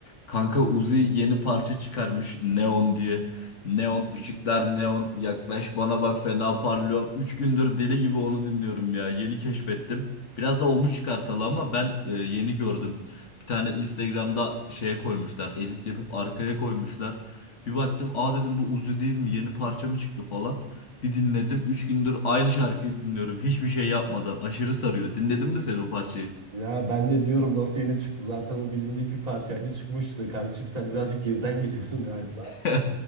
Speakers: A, on the left (about 70°); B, on the right (about 30°).
A: Kanka Uzi yeni parça çıkarmış Neon diye. Neon ışıklar neon yaklaş bana bak fena parlıyor. üç gündür deli gibi onu dinliyorum ya. Yeni keşfettim. Biraz da olmuş çıkartalı ama ben e, yeni gördüm. Bir tane Instagram'da şeye koymuşlar. Edit yapıp arkaya koymuşlar. Bir baktım aa dedim bu Uzi değil mi? Yeni parça mı çıktı falan. Bir dinledim. üç gündür aynı şarkıyı dinliyorum. Hiçbir şey yapmadan. Aşırı sarıyor. Dinledin mi sen o parçayı?
B: Ya ben de diyorum nasıl yeni çıktı? Zaten o bilindik bir parçaydı çıkmıştı. Kardeşim sen birazcık geriden geliyorsun galiba.
A: <laughs>